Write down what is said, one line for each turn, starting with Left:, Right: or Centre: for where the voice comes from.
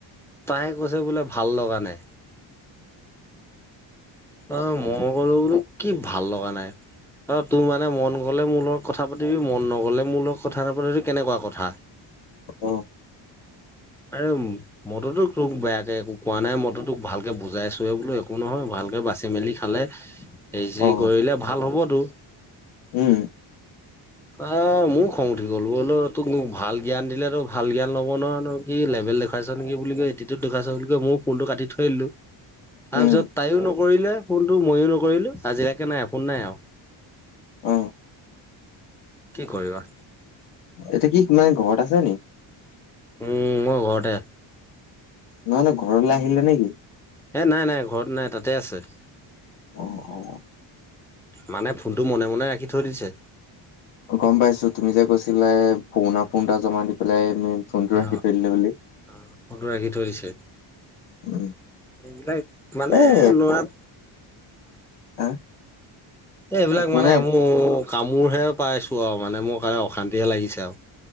Centre: তইয়ে কৈছে বোলে, ভাল লগা নাই। অ', মই ক'লো বোলো, কি ভাল লগা নাই? অ', তোৰ মানে মন গ'লে মোৰ লগত কথা কথা পাতিবি। মন নগ'লে মোৰ লগত কথা নাপাতিবি। এইটো কেনেকুৱা কথা?
Left: অ অ
Centre: আৰে, মইতো তোক বেয়াকে একো কোৱা নাই। মইতো তোক ভালকে বুজাইছোঁহে, বোলো, একো নহয়, ভালকে বাচি-মেলি খালে হেৰি-চেৰি
Left: অ
Centre: কৰিলে ভাল হ'ব তো। <inaudible>
Left: উম।
Centre: আ, মোৰো খং উঠি গ'ল। বোলো, তোক মই ভাল জ্ঞান দিলে, তই ভাল জ্ঞান ল'ব নোৱাৰ ন'? কি লেবেল দেখাইছ নেকি বুলি কয়। এটিটিউড দেখুৱাইছ বুলি কয়। মইও ফোনটো কাটি থৈ দিলোঁ। তাৰপিছত,
Left: উম
Centre: তাইও ন কৰিলে ফোনটো। মইয়ো নকৰিলোঁ। আজিলৈকে ফোন নাই আৰু
Left: অ'।
Centre: কি কৰিবা
Left: এতিয়া কি কোনোৱাই ঘৰত আছে নি
Centre: উম মই ঘৰতে
Left: নহলে ঘৰলৈ আহিলে নেকি
Centre: এই নাই নাই ঘৰত নাই তাতে আছে
Left: অ অ
Centre: মানে ফোনটো মনে মনে ৰাখি থৈ দিছে
Left: গম পাইছো তুমি যে কৈছিলা পুৰণা ফোন এটা জমা দি পেলাই ফোনটো
Centre: অ
Left: ৰাখি থৈ দিলে বুলি
Centre: আহ ফোনটো ৰাখি থৈ দিছে
Left: উম
Centre: এইবিলাক মানে
Left: এ একো
Centre: লৰা
Left: আহ
Centre: এই এইবিলাক
Left: একো
Centre: মানে
Left: নাই
Centre: মোৰ কামোৰহে পাইছো অ মানে মোৰ কাৰণে অশান্তিহে লাগিছে আৰু।